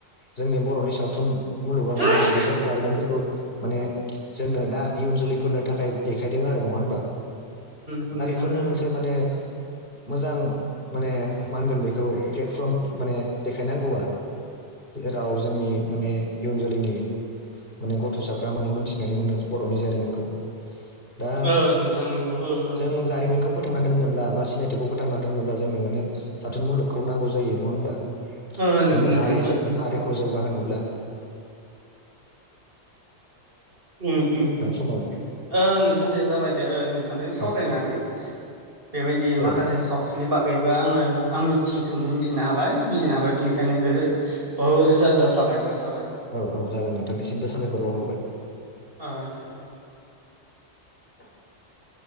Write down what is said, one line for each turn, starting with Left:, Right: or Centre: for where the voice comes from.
Left: जोंनि बर'नि सावथुन मुलुगाव
Right: उम
Left: माने बेफोर जारिमिन <unintelligible> माने जोंनो दा इयुन जोलैफोरनो थाखाय देखायदों आरो नङा होमबा?
Right: नंगौ
Left: दा
Right: नोंथां
Left: बेफोरनो
Right: ओ
Left: मोनसे माने मोजां माने मा होनगोन बेखौ प्लेटफर्म माने देखायनांगौआ जेराव जोंनि माने इयुन जोलैनि माने गथ'साफ्रा माने मोनथिनानै मोनो बर'नि जारिमिनखौ। दा
Right: ओ नोंथां नंगौ ओ ओ
Left: जों जारिमिखौ फोथांना दोनोब्ला बा सिनायथिखौ फोथांना दोनोब्ला जोंनो माने साथुन मुलुगखौ नांगौ जायो नङा होमबा?
Right: ओ नंगौ
Left: जोंना
Right: नोंथां
Left: हारि
Right: ओ
Left: जो
Right: ओ
Left: हारिखौ
Right: ओ
Left: जौ <unintelligible> होनोब्ला
Right: उम उम उम
Left: औ
Right: ओ नोंथां दे जाबाय दे ओ नोंथांजों सावरायनानै
Left: औ
Right: बेबायदि
Left: औ
Right: माखासे साव थुननि बागैबो आङो आं मिथियिखो मिथिनो हाबाय बुजिनो हाबाय बिनिखायनो नोंगो बहुत रोजा रोजा साबायखर थाबाय।
Left: औ औ जागोन नोंथांनिसिमबो साबायखर बावहरबाय।
Right: ओ दे।
Left: <inaudible>